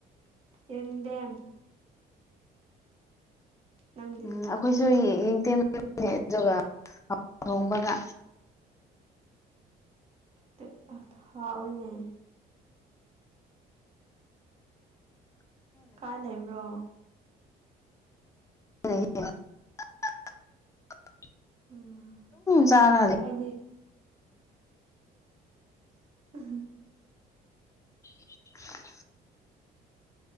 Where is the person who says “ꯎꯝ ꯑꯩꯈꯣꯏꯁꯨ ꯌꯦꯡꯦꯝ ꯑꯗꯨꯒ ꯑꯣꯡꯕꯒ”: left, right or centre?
Left